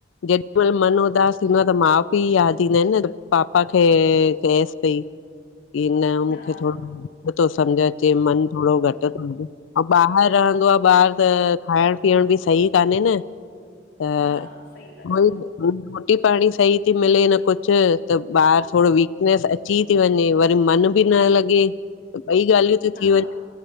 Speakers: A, on the left (about 85°); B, on the left (about 60°).
A: जेॾीमल मन उदास थींदो आह त मा पी याद ईंदा आहिन न पापा खे चएस पई। इ न मूंखे
B: हा
A: थोरो थो समझ अचे मन थोडो घट <unintelligible> ऐं ॿाहर रहंदो आह ॿार त खाएंण पीअण बि सही कान्हे न त
B: हा सही था चओ
A: उई रोटी पाणी सही थी मिले न कुछ त ॿार थोडो वीकनेस अची ती वञे वरी मन बी न लॻे ॿई ॻाल्हियूं <unintelligible>
B: हा